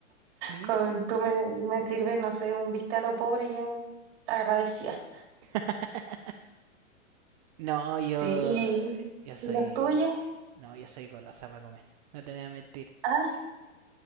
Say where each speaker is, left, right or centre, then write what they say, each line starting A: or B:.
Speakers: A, on the right; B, on the right.
A: Mira.
B: Con, tú me, me sirves, no sé, un bistec a lo pobre, yo agradecía.
A: <laughs> no, yo.
B: Sí, y,
A: Yo soy.
B: y los tuyos,
A: No, yo soy golosa para comer. No te voy a mentir.
B: ah,